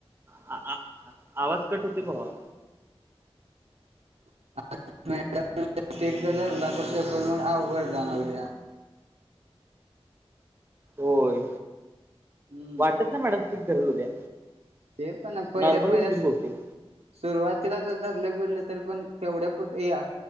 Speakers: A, on the right; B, on the right.
A: आ आ आवाज कट होतय भावा.
B: <unintelligible> पेपर म अवघड जाणार उद्या.
A: होय.
B: हूं
A: वाटत नाही मॅडम स्ट्रिक्ट धरल उद्या
B: ते पण पहिलं
A: नॉर्मलच
B: पहिलंस
A: घेईल बहुतेक
B: सुरुवातीला तर धरलं बिरलं तरी पण तेवढ्या पुरत ये आ